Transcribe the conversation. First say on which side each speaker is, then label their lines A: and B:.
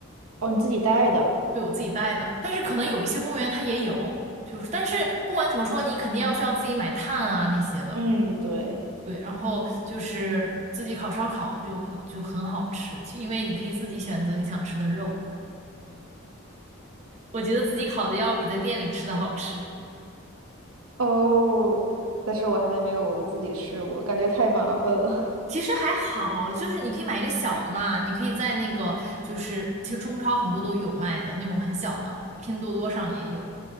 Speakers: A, on the right; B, on the right.
A: 哦，你自己带的。
B: 对我自己带的。但是可能有一些公园它也有，就是但是不管怎么说，你肯定要需要自己买炭啊那些的，
A: 嗯，对。
B: 对。然后就是自己烤烧烤就很就很好吃，其因为你可以自己选择你想吃的肉。我觉得自己烤的要比在店里吃的好吃。
A: 哦，但是我还没有自己试过，感觉太麻烦了。
B: 其实还好，就是你可以买一个小的嘛，你可以在那个就是其实中超很多都有卖的那种很小的，拼多多上也有。